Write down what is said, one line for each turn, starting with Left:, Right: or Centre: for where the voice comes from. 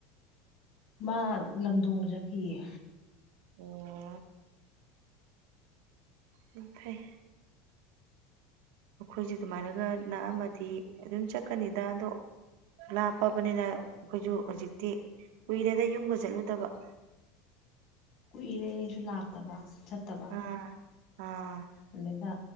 Left: ꯃꯥ ꯂꯝꯗꯣꯡꯗ ꯆꯠꯈꯤꯌꯦ
Right: ꯑꯣ ꯐꯩ ꯐꯩ ꯑꯩꯈꯣꯏꯁꯨ ꯑꯗꯨꯃꯥꯏꯅꯒ ꯅꯥꯛ ꯑꯃꯗꯤ ꯑꯗꯨꯝ ꯆꯠꯀꯅꯤꯗ ꯑꯗꯣ ꯂꯥꯞꯄꯕꯅꯤꯅ ꯑꯩꯈꯣꯏꯁꯨ ꯍꯧꯖꯤꯛꯇꯤ ꯀꯨꯏꯔꯦꯗ ꯌꯨꯝꯒ ꯆꯠꯂꯨꯗꯕ
Left: ꯀꯨꯏꯔꯦ ꯑꯩꯁꯨ ꯂꯥꯛꯇꯕ ꯆꯠꯇꯕ
Right: ꯑꯥ ꯑꯥ
Left: ꯑꯗꯩꯗ